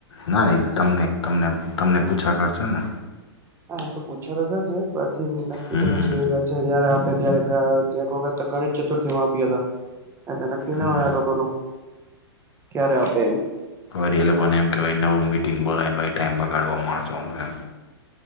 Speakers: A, on the left (about 80°); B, on the right (about 20°).
A: ના ના તો તમને તમને તમને પૂછા કરશે ને?
B: હા તો પૂછા દર છે. નક્કી
A: હમ
B: તો પછી એ ઘર છે જયારે આપે ત્યારે એક વખત ગણિત ચતુર્થીમાં આપ્યા હતા એ નક્કી નાયા
A: હમ.
B: લોકો ન, ક્યારે આપે એમ.
A: રી એ લોકોને એમ કહેવાય નવું મિટિંગ બોલાયને ભ ટાઈમ બગાડવા માણસોનો એમ.